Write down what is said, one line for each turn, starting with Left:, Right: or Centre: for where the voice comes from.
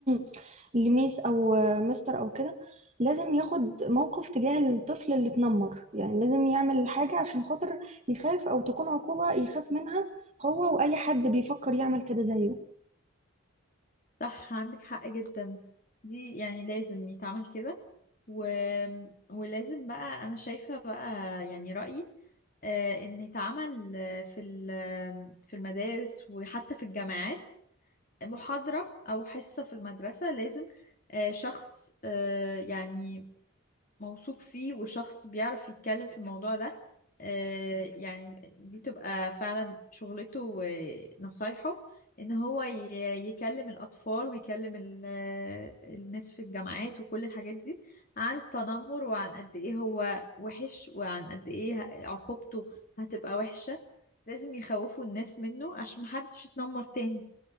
Right: <clears throat> لميس او مستر او كده لازم ياخد موقف تجاه الطفل اللي اتنمر يعني لازم يعمل حاجه عشان خاطر يخاف او تكون عقوبه يخاف منها هو واي حد بيفكر يعمل كده زيه
Left: صح عندك حق جدا دي يعني لازم يتعمل كده و... ولازم بقى انا شايفة بقى يعني رأيي آه، ان يتعمل آه، في ال- آه، في المدارس وحتى في الجامعات محاضرة او حصة في المدرسة لازم آه، شخص آه، يعني موثوق فيه وشخص بيعرف يتكلم في الموضوع ده آه، يعني دي تبقى فعلا شغلته ونصايحه ان هو ي- يكلم الاطفال ويكلم ال- الناس في الجامعات وكل الحاجات دي عن التنمر وعن قد ايه هو وحش وعن قد ايه عقوبته هتبقى وحشة لازم يخوفوا الناس منه عشان محدش يتنمر تاني